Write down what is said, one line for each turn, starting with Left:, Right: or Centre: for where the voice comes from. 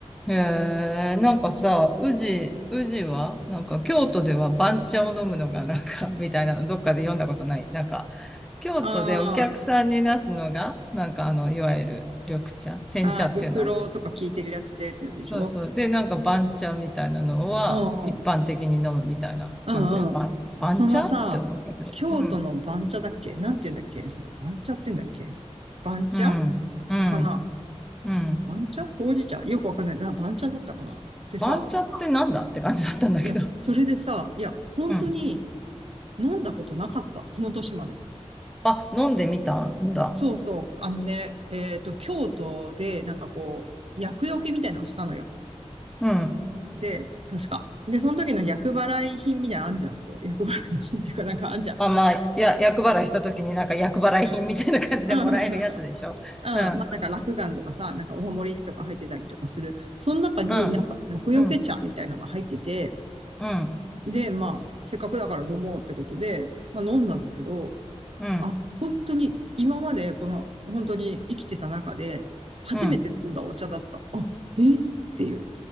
Centre: へえ、なんかさ、宇治、宇治はなんか京都では番茶を飲むのがなんか、<laughs> みたいなのどっかで読んだことない。なんか京都でお客さんになすのが、
Right: あー
Centre: なんかあの、いわゆる緑茶、煎茶っていうの
Right: あー、玉露とか聞いてるやつでってやつでしょ
Centre: そうそう。で、なんか番茶みたいなのは一般的に飲むみたいな感じで、
Right: うんうん。うんうん。
Centre: 番、番茶って思ったけど。
Right: そのさ、京都の番茶だっけなんて言うんだっけそれ、
Centre: うん。
Right: 番茶って言うんだっけ番茶
Centre: うん。うん。
Right: かな
Centre: うん。
Right: え番茶ほうじ茶よくわかんない。な、番茶だったかなってさ、
Centre: 番茶ってなんだって感じだったんだけど。
Right: いや、それでさ、いや、本当に
Centre: <laughs> うん。
Right: 飲んだことなかった。この年まで。
Centre: あ、飲んでみたんだ。
Right: そうそう。あのね、えっと、京都で、なんかこう、厄除けみたいなのをしたのよ。
Centre: うん。
Right: で、確か。で、その時の役払い品みたいなのあんじゃん。こう、役払い品っていうかなんかあんじゃん。
Centre: あ、まあ、や、厄払いした時になんか厄払い品みたいな感じでもらえるやつでしょ。
Right: <laughs> うん。<laughs>
Centre: うん。
Right: うん。まあなんか落雁とかさ、なんかお守りとか入ってたりとかする。その中になんか厄除け茶みたいのが入ってて、
Centre: うん。うん。うん。
Right: で、まあ、せっかくだから飲もうってことで、まあ飲んだんだけど、
Centre: うん。
Right: 本当に今までこの、本当に生きてた中で、初めて飲んだお茶だった。
Centre: うん。
Right: あ、えっていう。